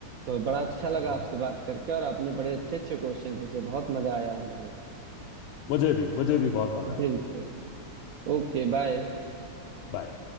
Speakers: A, on the right; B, on the left.
A: तो बड़ा
B: अच्छा
A: अच्छा
B: अच्छा
A: लगा
B: बहुत
A: आपसे बात करके और आपने बड़े अच्छे अच्छे क्वेश्चन पूछे बहुत मजा आया मुझे
B: मुझे भी मुझे भी बहुत मजा आया
A: बिल्कुल ओके बाय
B: बाय